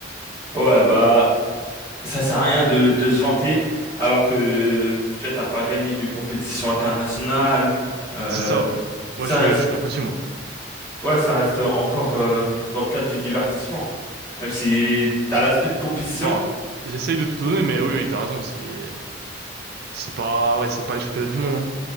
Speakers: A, on the left; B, on the right.
A: Ouais, bah, ça sert à rien de, de se vanter, alors que, tu vois, t'as pas gagné de compétition internationale. Euh,
B: C'est ça, ouais.
A: ça
B: Moi, je suis,
A: reste,
B: je suis qu'un petit, moi.
A: ouais, ça reste encore euh, dans le cadre du divertissement. Même si t'as l'aspect de compétition,
B: Bon, j'essaye de tout donner, mais oui, oui, t'as raison. C'est, c'est pas, ouais, c'est pas les championnats du monde, hein.